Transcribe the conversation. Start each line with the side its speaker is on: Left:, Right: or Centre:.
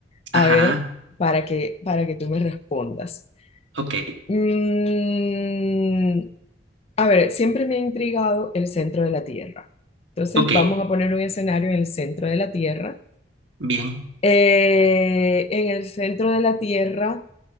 Left: a
Right: Ajá,
Left: ver, para que, para que tú me respondas.
Right: ok,
Left: Mm, A ver, siempre me ha intrigado el centro de la Tierra. Entonces,
Right: ok,
Left: vamos a poner un escenario en el centro de la Tierra.
Right: bien,
Left: Eh, en el centro de la Tierra,